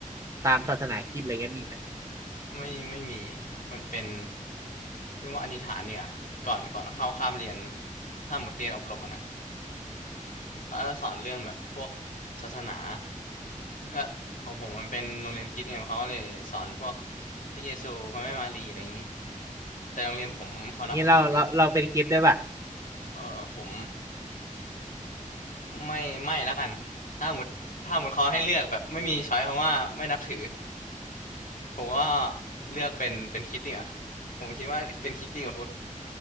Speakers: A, on the right; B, on the left.
A: ตามศาสนาคริสต์อะไรเงี้ยมีไหม
B: ไม่ไม่มีมันเป็นเรียกว่าอธิษฐานเนี่ยก่อนก่อนเข้าคาบเรียนถ้าหมดเรียนอบรมอะนะเขาจะสอนเรื่องแบบพวกศาสนาก็ของผมมันเป็นโรงเรียนคริสต์ไงเขาก็เลยสอนพวกพระเยซูพระแม่มารีอะไรอย่างนี้แต่โรงเรียนผมเขานับถือ
A: นี่เราเราเราเป็นคริสต์ได้วยป่ะ
B: เออผมไม่ไม่ละกันถ้าหมดถ้าหมดเขาให้เลือกแบบไม่มีช้อยเพราะว่าไม่นับถือผมก็เลือกเป็นเป็นคริสต์เนี่ยผมคิดว่าเป็นคริสต์ดีกว่าพุทธ